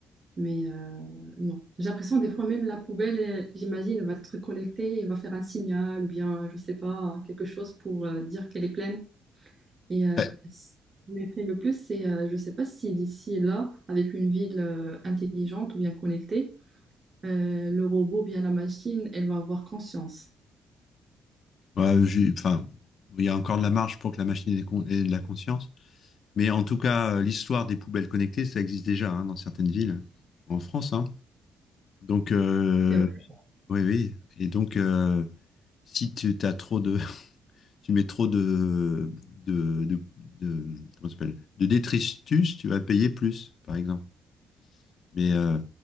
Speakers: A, on the right; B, on the left.
A: Mais euh, non. J'ai l'impression, des fois, même la poubelle, euh, j'imagine, elle va être connectée et va faire un signal ou bien, je sais pas, quelque chose pour euh, dire qu'elle est pleine. Et euh,
B: euh,
A: ce qui m'effraie le plus, c'est, euh, je sais pas si d'ici là, avec une ville euh, intelligente ou bien connectée, euh, le robot, bien la machine, elle va avoir conscience.
B: ouais, j'ai- enfin, bon, il y a encore de la marge pour que la machine ait, des con- ait de la conscience. Mais en tout cas, euh, l'histoire des poubelles connectées, ça existe déjà hein, dans certaines villes en France. hein. Donc, euh,
A: C'est vrai.
B: oui, oui. Et donc, euh, si tu as trop de, tu mets trop de, de, de, de- comment ça s'appelle, de détritus, tu vas payer plus, par exemple. Mais euh,